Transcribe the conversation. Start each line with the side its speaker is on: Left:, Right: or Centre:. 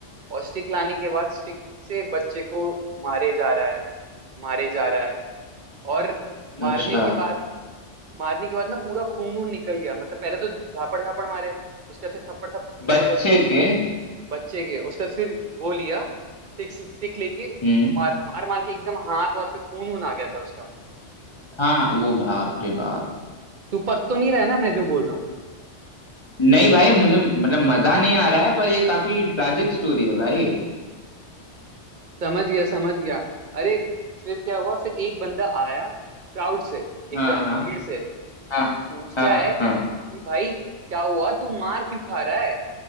Right: और स्टिक लाने के बाद स्टिक से बच्चे को मारे जा रहा है मारे जा रहा है और मारने
Left: अच्छा
Right: के बाद मारने के बाद ना पूरा खून वून निकल गया मतलब पहले तो झापड़ झापड़ मारे उसके बाद फिर थप्पड़ थप
Left: बच्चे
Right: मतलब
Left: के
Right: बच्चे के उसके बाद फिर वो लिया स्टिक स्टिक लेके
Left: हम्म
Right: मार मार मार के एकदम हाथ वाथ पे खून वून आ गया था उसका
Left: हाँ वो बाप रे बाप
Right: तू पक तो नहीं रहा है ना मैं जो बोल रहा हूँ
Left: नहीं भाई मुझे मतलब मजा नहीं आ रहा है पर ये काफी ट्रैजिक स्टोरी है भाई
Right: समझ गया समझ गया अरे फिर क्या हुआ फिर एक बंदा आया क्राउड से एकदम
Left: हाँ हाँ
Right: भीड़ से
Left: हाँ
Right: पूछता
Left: हाँ
Right: है कि
Left: हाँ
Right: भाई क्या हुआ तू मार क्यों खा रहा है